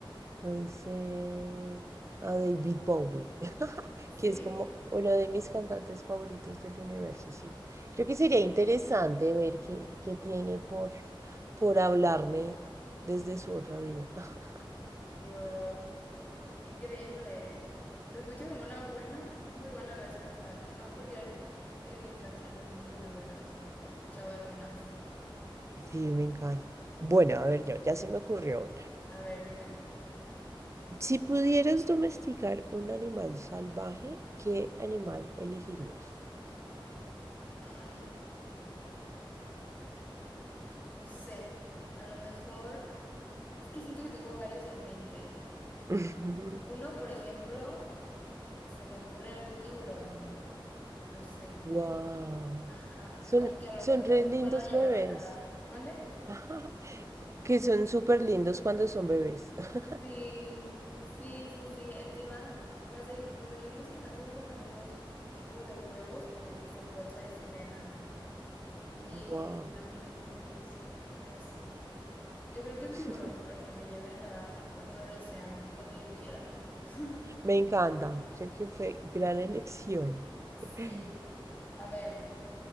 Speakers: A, on the right; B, on the left.
A: Puede ser a David Bowie, <laughs>
B: ¿Sí?
A: que es como uno de mis cantantes favoritos del universo, sí. Creo que sería interesante ver qué, qué tiene por, por hablarme desde su otra vida. <laughs>
B: ¡Wow! ¡Qué increíble, eh! Se escucha como una buena, muy buena respuesta, y más porque él sé que tiene canciones muy buenas. He escuchado algunas.
A: Sí, me encanta. Bueno, a
B: Mm.
A: ver yo, ya se me ocurrió una.
B: A ver, dime.
A: Si pudieras domesticar un animal salvaje, ¿qué animal elegirías?
B: Ay, no sé. A lo mejor es que siento que tengo varios en mente.
A: <laughs>
B: Uno, por ejemplo, se me ocurre algún tiburón. No sé.
A: Wow.
B: Ajá.
A: Son,
B: Como que a lo
A: son
B: mejor
A: re
B: me
A: lindos
B: pueda llevar
A: bebés.
B: a nadar. ¿Mande?
A: <laughs> Que son súper lindos cuando son bebés. <laughs>
B: Sí, sí, sí, sí. Encima nacen, bueno, hay unos que nacen como en unos tipo de huevos que les dicen bolsa de sirena. Y
A: Wow,
B: también lindos, pero sí. Yo creo que un
A: <laughs>
B: tiburón para que me lleve a nadar por todo el océano, cuando yo quiera. <laughs>
A: me encanta. Creo que fue gran elección.
B: Sí.
A: <laughs>
B: A ver.